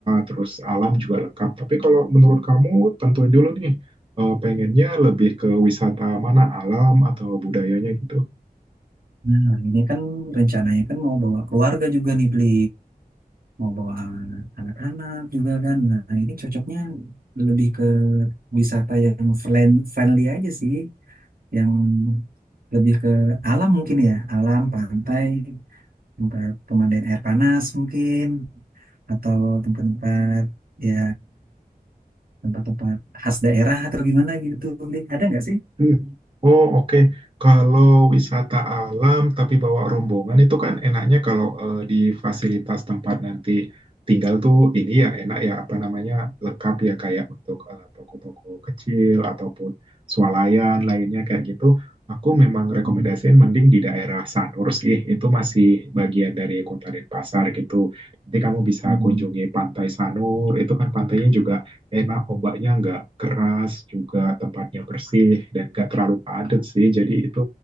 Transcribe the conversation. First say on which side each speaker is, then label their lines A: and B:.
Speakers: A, on the right; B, on the right.
A: terus alam juga lengkap. Tapi kalau menurut kamu tentuin dulu nih eh, pengennya lebih ke wisata mana alam atau budayanya gitu.
B: Nah, ini kan rencananya kan mau bawa keluarga juga nih beli, mau bawa anak-anak juga kan. Nah, ini cocoknya lebih ke wisata yang friend- friendly aja sih, yang lebih ke alam mungkin ya, alam pantai, tempat pemandian air panas mungkin. atau tempat-tempat ya tempat-tempat khas daerah atau gimana gitu Bli ada nggak sih
A: Hmm. Oh, oke. Kalau wisata alam tapi bawa rombongan itu kan enaknya kalau eh, di fasilitas tempat nanti tinggal tuh ini ya enak ya apa namanya lengkap ya kayak untuk eh, toko-toko kecil ataupun swalayan lainnya kayak gitu. Aku memang rekomendasiin
B: Hmm,
A: mending di daerah Sanur sih. Itu masih bagian dari Kota Denpasar gitu. Nanti kamu bisa
B: hmm,
A: kunjungi Pantai Sanur. Itu kan pantainya juga enak ombaknya nggak keras juga tempatnya bersih dan nggak terlalu padat sih jadi itu